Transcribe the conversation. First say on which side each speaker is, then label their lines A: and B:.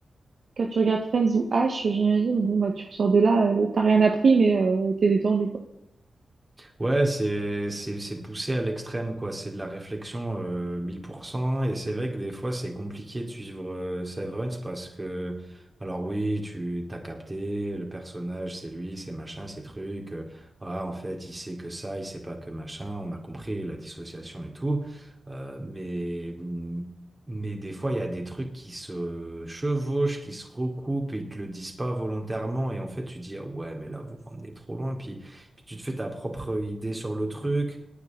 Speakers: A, on the right; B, on the right.
A: quand tu regardes Friends ou H, j'imagine, bon bah tu ressors de là, euh, t'as rien appris, mais euh, t'es détendu quoi.
B: Ouais, c'est c'est c'est poussé à l'extrême quoi, c'est de la réflexion euh, mille pour cent et c'est vrai que des fois c'est compliqué de suivre euh, Severance parce que alors oui, tu t'as capté le personnage, c'est lui, c'est machin, c'est truc. euh, ah en fait, il sait que ça, il sait pas que machin, on a compris la dissociation et tout. euh, mais mmh, mais des fois il y a des trucs qui se chevauchent, qui se recoupent et ils te le disent pas volontairement et en fait tu dis ah ouais, mais là vous m'emmenez trop loin puis puis tu te fais ta propre idée sur le truc.